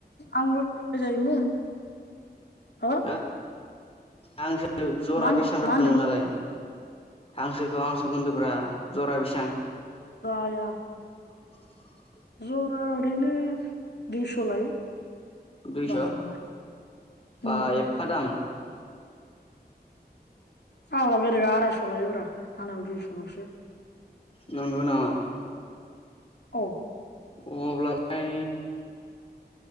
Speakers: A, on the left (about 80°); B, on the left (about 35°).
A: आंबो <unintelligible> जायोमोन हो
B: हा हांसो जरा
A: मा
B: बेसांब्रा
A: मा होनदों
B: नोंनालाय हांसोखौ हांसोखौ होनदो ब्रा जरा बेसां?
A: आया।
B: <inaudible>
A: जरा ओरैनो दुइस' लायो।
B: दुइस'
A: बारा नङा
B: बा
A: उम
B: एफा दाम।
A: फाग्ला बेलेगा आरायस' लायोब्रा आंना दुइस'लसो।
B: नोंगो नामा?
A: औ।
B: अब्लालाय